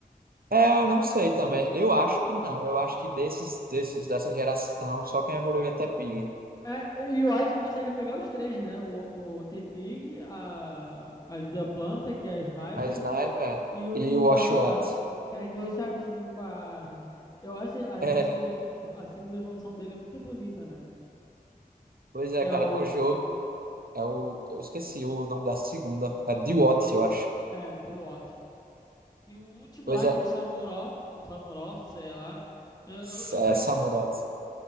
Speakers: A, on the right; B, on the left.
A: É, eu não sei também. Eu acho que não. Eu acho que desses, desses dessa geração, só quem evolui até Pig.
B: É, e o White consegue pegar os três, né? O, o T-Pig, a, a da planta, que é a Sniper,
A: A Sniper é.
B: e o
A: e o Oshawott.
B: Oshawott, que é meio chatinho com a. Eu acho a
A: É,
B: evolução dele, a segunda evolução dele é muito bonita, né?
A: pois é,
B: Que é
A: cara,
B: o.
A: no jogo é o. Eu esqueci o nome da segunda. É Diwatt, eu acho.
B: É, The Watt. E o último
A: Pois
B: lá,
A: é,
B: que é um Samurott, um Samurott, sei lá. Eu, eu,
A: S-
B: eu
A: é
B: prefiro,
A: Samurott.